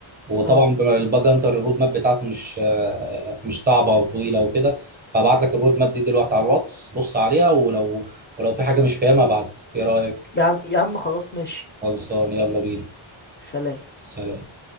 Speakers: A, on the right; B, on the left.
A: وطبعا
B: اه
A: الباج هانتر الرود ماب بتاعته مش آه، مش صعبه وطويله وكده فابعت لك الرود ماب دي دلوقتي على الواتس بص عليها ولو ولو في حاجه مش فاهمها ابعت لي ايه رايك
B: يا عم يا عم خلاص ماشي
A: خلصان يلا بينا
B: سلام
A: سلام